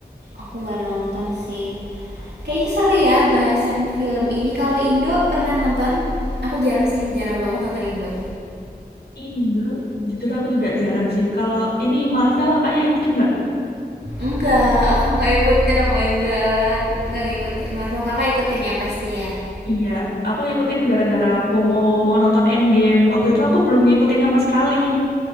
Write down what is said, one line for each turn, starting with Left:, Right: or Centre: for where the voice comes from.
Right: Aku nggak nonton sih. Kayaknya seru ya bahasan film ini. Kalau Indo pernah nonton? Aku jarang sih, jarang banget nonton Indo.
Left: Indo jujur aku juga jarang sih. Kalau ini Marvel kakaknya ikutin nggak?
Right: Enggak, aku nggak ikutin oh my god Nggak ngikutin Marvel, kakak ikutin ya pasti ya
Left: Iya, aku ngikutin gara-gara FOMO mau nonton Endgame. Waktu itu aku belum ngikutin sama sekali.